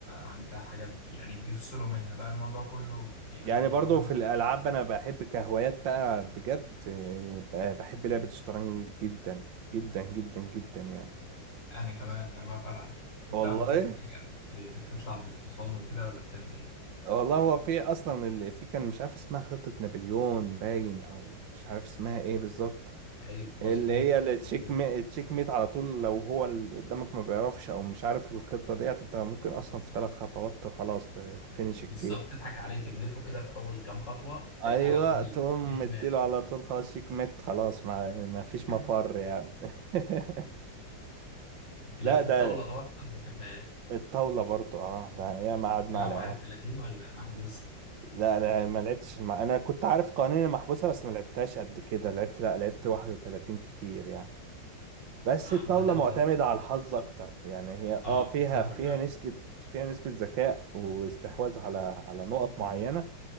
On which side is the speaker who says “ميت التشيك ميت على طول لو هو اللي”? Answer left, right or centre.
Right